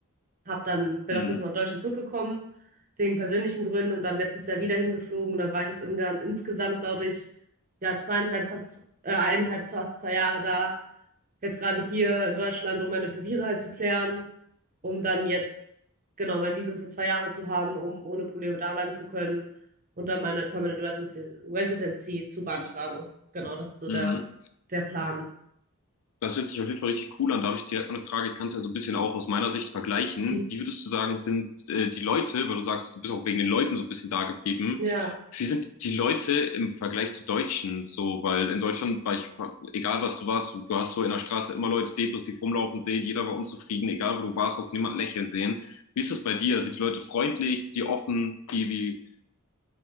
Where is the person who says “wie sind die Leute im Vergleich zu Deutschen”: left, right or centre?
Left